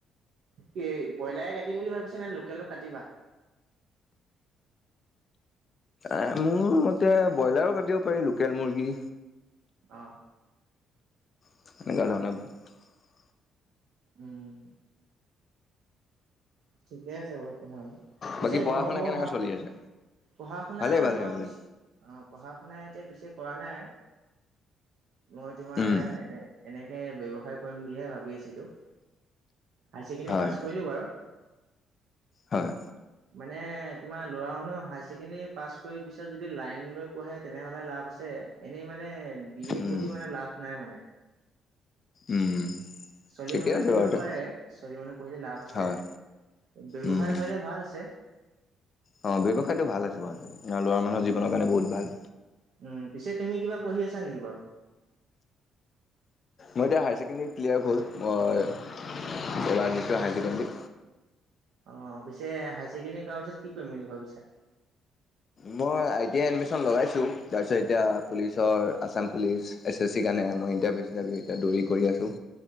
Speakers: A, on the right (about 60°); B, on the left (about 45°).
A: কি বইলাৰে কটিম বুলি ভাবিছা নে লোকেলো কাটিবা? <inaudible>
B: এ মোৰ মতে ব্ৰইলাৰো কাটিব পাৰি লোকেল মুৰ্গী।
A: অ'।
B: <unintelligible>
A: উম। ঠিকে আছে বাৰু তেনেহলে। পিছে
B: বাকী পঢ়া
A: ঘৰৰ
B: শুনা
A: খবৰ
B: কেনেকা
A: ভা,
B: চলি আছে?
A: পঢ়া শুনা
B: ভালেই ভালেই
A: মই
B: ভালেই,
A: পিছ অ পঢ়া শুনাই এতিয়া পিছে কৰা নাই। মই তোমাৰ
B: উম,
A: এনে - এনেকে ব্যৱসায় কৰিম বুলিহে ভাবি আছিলোঁ। হাই ছেকেণ্ডেৰী
B: হয়।
A: পাছ কৰিলো বাৰু।
B: হয়,
A: মানে তোমাৰ লৰা মানুহ হাই ছেকেণ্ডৰী পাছ কৰি পিছত যদি লাইন লৈ পঢ়ে তেনেহলে লাভ। আছে এনেই মানে বি এ
B: উম,
A: পঢ়ি মানে লাভ নাই মানে।
B: উম,
A: ছোৱলীয়ে
B: ঠিকে
A: মানুহে
B: আছে
A: পঢ়িব
B: বাৰুতে
A: পাৰে ছোৱালী মানুহ পঢ়িলে লাভ আছে।
B: হয়,
A: ব্যৱসায়
B: উম।
A: কৰিলে ভাল আছে।
B: অ ব্যৱসায়টো ভাল আছে বাৰু, ল'ৰা মানুহৰ
A: উম
B: জীৱনৰ কাৰণে বহুত ভাল।
A: উম পিছে তুমি কিবা পঢ়ি আছা নেকি বাৰু?
B: মই এতিয়া হায় ছেকেণ্ডীত ক্লিলিয়াৰ হল মই এইবাৰ দিছোঁ হায় ছেকেণ্ডাৰী।
A: অ পিছে হায় ছেকেণ্ডৰী কৰাৰ পিছত কি কৰিম বুলি ভাবিছা?
B: মই আই টি আই এডমিচন লগাইছো, তাৰপিছত এতিয়া পুলিচৰ আছাম পুলিচ, ‌এছ এছ চিৰ কাৰণে মই ইণ্টাৰভিউ চিটাৰভিউ এয়া দৌৰি কৰি আছোঁ।